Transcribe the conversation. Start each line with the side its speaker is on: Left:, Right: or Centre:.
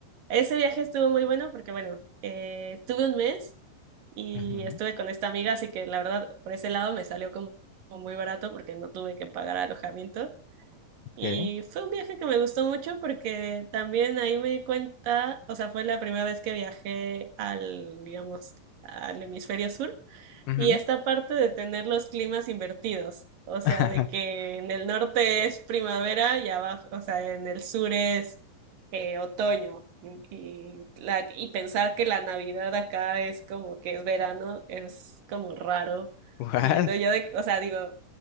Right: ese viaje estuvo muy bueno porque, bueno, eh, tuve un mes y
Left: Ujú,
Right: estuve con esta amiga, así que la verdad, por ese lado me salió como, como muy barato porque no tuve que pagar alojamiento.
Left: Ok.
Right: Y fue un viaje que me gustó mucho porque también ahí me di cuenta, o sea, fue la primera vez que viajé al, digamos, al hemisferio sur.
Left: Ujú.
Right: Y esta parte de tener los climas invertidos, o sea,
Left: <laughs>
Right: de que en el norte es primavera y abajo, o sea, en el sur es eh, otoño. Y, y la, y pensar que la Navidad acá es como que es verano, es como raro.
Left: What?
Right: Viniendo yo de, o sea, digo,